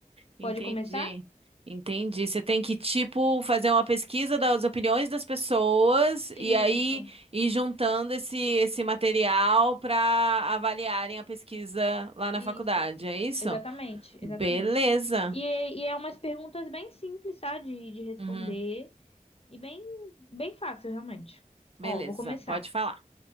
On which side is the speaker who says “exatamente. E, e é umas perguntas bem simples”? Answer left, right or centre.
Left